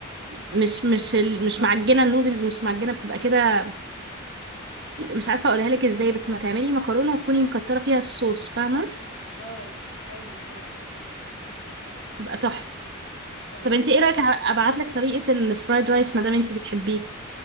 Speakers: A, on the right; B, on the left.
A: مش مش ال مش معجنه النودلز مش معجنه بتبقى كده مش عارفه اقولها لك ازاي بس ما تعملي مكرونه وتكوني مكتره فيها الصوص فاهمه
B: اه ايوه اه اه
A: تبقى تحفه
B: ايوه
A: طب انت ايه رايك ابعت لك طريقه الفرايد رايس ما دام انت بتحبيه